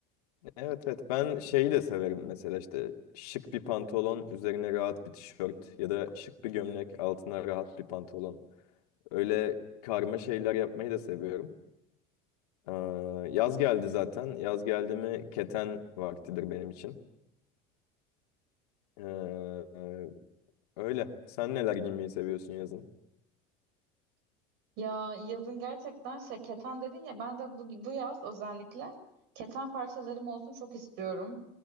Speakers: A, on the left (about 85°); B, on the right (about 60°).
A: Evet evet ben şeyi de severim mesela işte şık bir pantolon üzerine rahat bir tişört ya da şık bir gömlek altına rahat bir pantolon. Öyle karma şeyler yapmayı da seviyorum. Ee, yaz geldi zaten. Yaz geldi mi keten vaktidir benim için. Ee, e, öyle. Sen neler giymeyi seviyorsun yazın?
B: Ya yazın gerçekten şey keten dedin ya ben de bu, bu yaz özellikle keten parçalarım olsun çok istiyorum.